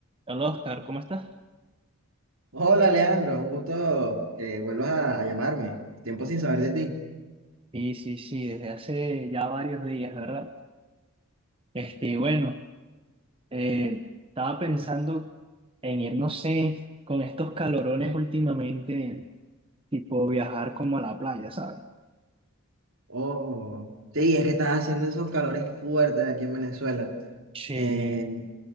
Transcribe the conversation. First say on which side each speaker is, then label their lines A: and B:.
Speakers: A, on the right; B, on the right.
A: Hola Oscar, ¿cómo estás?
B: Hola Leandro, un gusto que vuelvas a, a llamarme. Tiempo sin saber de ti.
A: Sí, sí, sí, desde hace ya varios días, ¿verdad? Este, bueno, eh, estaba pensando en ir, no sé, con estos calorones últimamente, tipo viajar como a la playa, ¿sabes?
B: Oh, sí, es que estás haciendo esos calores fuertes aquí en Venezuela.
A: Sí,
B: Eh,